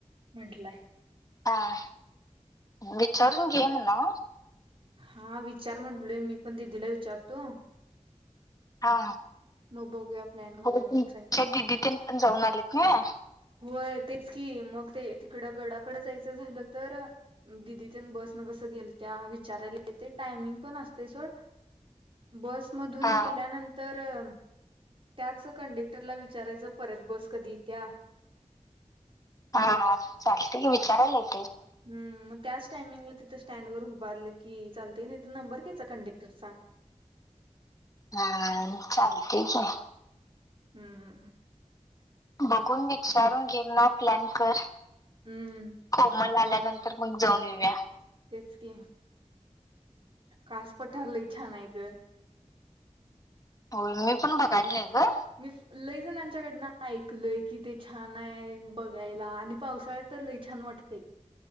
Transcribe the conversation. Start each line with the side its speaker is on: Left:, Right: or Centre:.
Right: म्हटलाय?
Left: हा मग विचारून घे मला.
Right: हा विचार म्हंटलोय. मी पण दिदीला विचारतो.
Left: हा
Right: मग बघूया प्लॅन घालूया
Left: हो
Right: म्हणून सांगितलं
Left: श त <unintelligible> जाऊनलीत वाय.
Right: होय तेच कि मग ते तिकडं गडाकड जायचं झालं. तर दिदी ते बस न कसं गेल. त्या विचारायला येत टायमिंग पण असतेस वय? बसमधून
Left: हा
Right: गेल्यानंतर. ट्रम त्याच कंडक्टरला विचारायचं परत बस कधी त्या्या.
Left: हा हा चालतंय विचारायला ग.
Right: <unintelligible> टामिंगला तिथ स्टँड वर उभारलं की चालते नंबर घ्यायचा कंडक्टरचा?
Left: हा चाल ठीक आहे.
Right: हम्मम.
Left: बघून विचारून घेम न प्लॅन कर?
Right: हम्म
Left: कोमला आल्यात. नंतर मग जाऊन येऊया.
Right: तेच की कास पठारलंय छान आहे ग.
Left: हो मी पण बघायला नाही ग
Right: मी लईजणांच्याकडनं ऐकलय की ते छान आहे. बघायला आणि पावसाळ्यात तर लई छान वाटते ये?